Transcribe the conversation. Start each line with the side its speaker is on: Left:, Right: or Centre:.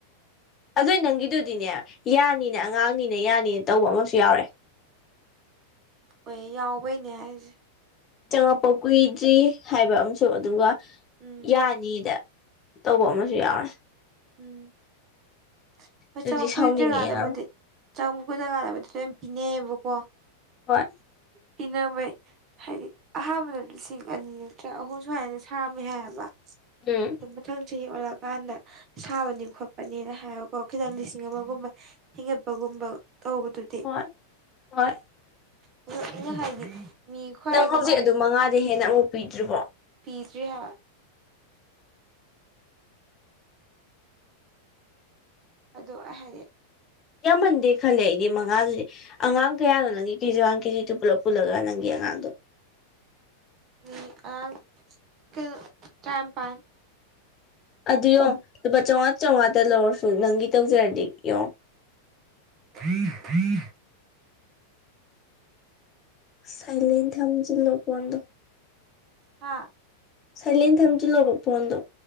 Left: ꯑꯗꯨ ꯅꯪꯒꯤꯗꯨꯗꯤꯅꯦ ꯌꯥꯅꯤꯅ ꯑꯉꯥꯡꯅꯤꯅ ꯌꯥꯅꯤꯅ ꯇꯧꯕ ꯑꯃꯁꯨ ꯌꯥꯎꯔꯦ
Right: ꯍꯣꯏ ꯌꯥꯎꯕꯩꯅꯦ ꯍꯥꯏꯁꯦ
Left: ꯆꯪꯉꯛꯄ ꯀꯨꯏꯗ꯭ꯔꯤ ꯍꯥꯏꯕ ꯑꯃꯁꯝꯨ ꯑꯗꯨꯒ
Right: ꯎꯝ
Left: ꯌꯥꯅꯤ ꯅꯤꯗ ꯇꯧꯕ ꯑꯃꯁꯨ ꯌꯥꯎꯔꯦ
Right: ꯎꯝ
Left: ꯑꯗꯨꯗꯤ
Right: ꯆꯪꯉꯛ
Left: ꯁꯥꯎꯅꯤꯡꯉꯦ
Right: ꯀꯨꯏꯗ꯭ꯔꯤ ꯀꯥꯟꯗꯕꯨꯗꯤ
Left: ꯌꯥꯔꯣꯏ
Right: ꯆꯪꯉꯛꯄ ꯀꯨꯏꯗꯔꯤ ꯀꯥꯟꯗꯥꯕꯨꯗꯤ ꯂꯣꯏꯝ ꯄꯤꯅꯩꯌꯦꯕꯀꯣ
Left: ꯍꯣꯏ
Right: ꯄꯅꯕꯩ ꯍꯥꯏꯗꯤ ꯑꯍꯥꯟꯕꯗ ꯂꯤꯁꯤꯡ ꯑꯅꯤ ꯅꯠꯇ꯭ꯔꯥ ꯑꯍꯨꯝ ꯁꯨꯃꯥꯏꯅ ꯁꯥꯔꯝꯃꯦ ꯍꯥꯏꯌꯦꯕ
Left: <unintelligible>
Right: ꯃꯊꯪ ꯆꯍꯤ ꯑꯣꯜꯂꯛꯑꯀꯥꯟꯗ ꯁꯥꯕꯅꯤ ꯈꯣꯠꯄꯅꯤꯅ ꯍꯥꯏꯕꯀꯣ ꯈꯤꯇꯪ ꯂꯤꯁꯤꯡ ꯑꯃꯒꯨꯝꯕ ꯍꯤꯡꯒꯠꯄꯒꯨꯝꯕ ꯇꯧꯕꯗꯨꯗꯤ
Left: <unintelligible>
Right: ꯄꯨꯔꯛꯅꯤꯉꯥꯏ ꯍꯥꯏꯗꯤ ꯃꯤ ꯈ꯭ꯋꯥꯏ
Left: ꯅꯪ
Right: ꯀꯃꯥꯏꯅ
Left: ꯍꯧꯖꯤꯛ ꯑꯗꯨ ꯃꯉꯥꯗꯩ ꯍꯦꯟꯅ ꯑꯃꯨꯛ ꯄꯤꯗ꯭ꯔꯤꯕꯣ
Right: ꯄꯤꯗꯔꯤ ꯍꯥꯏꯕ ꯑꯗꯣ ꯑꯩ ꯍꯥꯏꯗꯤ
Left: ꯌꯥꯝꯃꯟꯗꯦ ꯈꯜꯂꯦ ꯑꯩꯗꯤ ꯃꯉꯥꯗꯨꯗꯤ ꯑꯉꯥꯡ ꯀꯌꯥꯅꯣ ꯅꯪꯒꯤ ꯀꯦꯖꯤ ꯋꯥꯟ ꯀꯦꯖꯤ ꯇꯨ ꯄꯨꯂꯞ ꯄꯨꯜꯂꯒ ꯅꯪꯒꯤ ꯑꯉꯥꯡꯗꯣ
Right: ꯎꯝ ꯑꯉꯥꯡ ꯀꯩꯅꯣ ꯇꯔꯥꯅꯤꯄꯥꯜ
Left: ꯑꯗꯨ ꯌꯣ
Right: ꯎꯝ
Left: ꯂꯨꯄꯥ ꯆꯥꯝꯉꯥ ꯆꯥꯝꯉꯥꯗ ꯂꯧꯔꯁꯨ ꯅꯪꯒꯤ ꯇꯧꯖꯔꯗꯤ ꯌꯦꯡꯉꯣ
Right: <unintelligible>
Left: ꯁꯥꯏꯂꯦꯟ ꯊꯝꯖꯤꯜꯂꯣ ꯐꯣꯟꯗꯣ
Right: ꯍꯥꯥ
Left: ꯁꯥꯏꯂꯦꯟ ꯊꯝꯖꯜꯂꯣꯕ ꯐꯣꯟꯗꯣ